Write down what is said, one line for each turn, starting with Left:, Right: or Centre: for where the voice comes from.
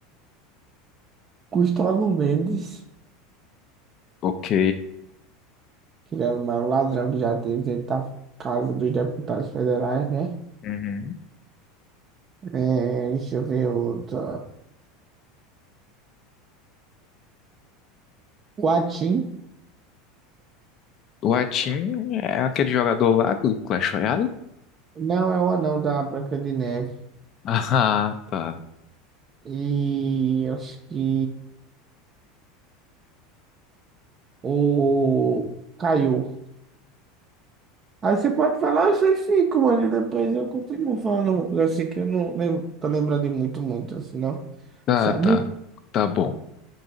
Right: Gustavo Mendes.
Left: Ok.
Right: que ele era o maior ladrão que já teve dentro da Casa dos Deputados Federais, né?
Left: Uhum.
Right: É, deixa eu ver outro. O Atim.
Left: O Atin é aquele jogador lá do Clash Royale? <laughs>
Right: Não, é o anão da Branca de Neve.
Left: Ah, tá.
Right: E eu acho que o Caiu. Aí você pode falar esses cinco, mano, e depois eu continuo falando uns, assim que eu não lembro, tô lembrando de muito, muito, assim, não.
Left: Tá,
Right: Sabe?
Left: tá. Tá bom.